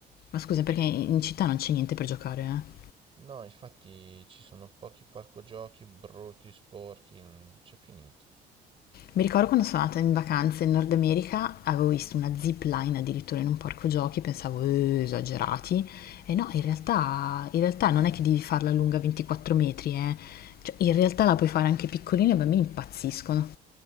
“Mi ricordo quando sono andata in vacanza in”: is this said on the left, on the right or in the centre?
Left